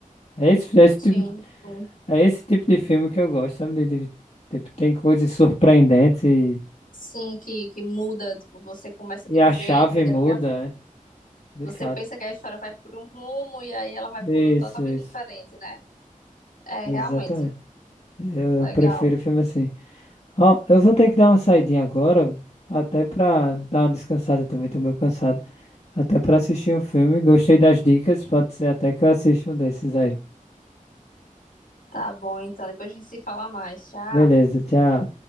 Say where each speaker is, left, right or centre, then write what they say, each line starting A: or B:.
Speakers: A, on the left (about 50°); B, on the left (about 80°).
A: É esse, é esse
B: Sim,
A: tipo,
B: sim.
A: é esse tipo de filme que eu gosto, sabe? De, de- tipo, tem coisas surpreendentes
B: Sim, que, que muda, tipo, você começa
A: E
B: de
A: a
B: um jeito
A: chave
B: e daqui
A: muda,
B: a...
A: é, de
B: Você
A: fato.
B: pensa que a história vai por um rumo e aí ela vai por
A: Isso,
B: outro totalmente
A: isso.
B: diferente, né? É,
A: Exatamente.
B: realmente.
A: Eu,
B: Legal.
A: eu prefiro filme assim. Ó, eu vou ter que dar uma saidinha agora, até pra dar uma descansada também, tô meio cansado. Até pra assistir um filme. Gostei das dicas, pode ser até que eu assista um desses aí.
B: Tá bom, então. Depois a gente se fala mais. Tchau.
A: Beleza, tchau.